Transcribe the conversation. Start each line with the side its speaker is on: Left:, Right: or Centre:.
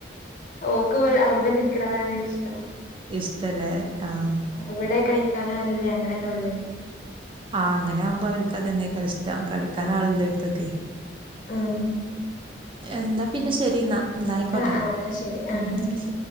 Left: ഓക്ക് അവിടെ നിക്കണതാണ് ഇഷ്ടം
Right: ഇഷ്ടലെ ആഹ
Left: എവിടെ കളിക്കാനും ആരുല്ല ഞങ്ങള് തന്നെ ഒള്ളെ
Right: ആഹ് അങ്ങനെ ആവുമ്പൊ അവർക്ക് അത് തന്നെ ഏക്കാരം ഇഷ്ടം കളിക്കാൻ ആളല്ലോട്ത്തൊക്കെ
Left: ആഹ
Right: എന്നാ പിന്നെ ശരി എന്നാ എന്നാ ആയിക്കോട്ടെ
Left: ആഹ് ആഹ ന്നാ ശരി
Right: ഉം
Left: ആന
Right: ശരി
Left: ഓക്കെ